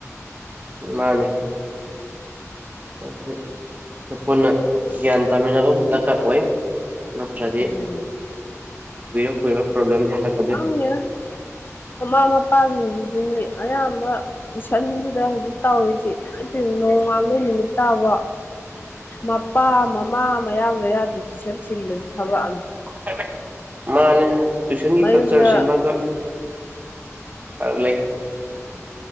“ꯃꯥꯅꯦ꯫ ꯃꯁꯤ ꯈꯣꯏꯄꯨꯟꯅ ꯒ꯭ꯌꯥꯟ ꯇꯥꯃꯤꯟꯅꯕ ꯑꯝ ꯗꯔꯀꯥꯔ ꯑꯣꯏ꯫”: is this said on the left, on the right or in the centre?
Right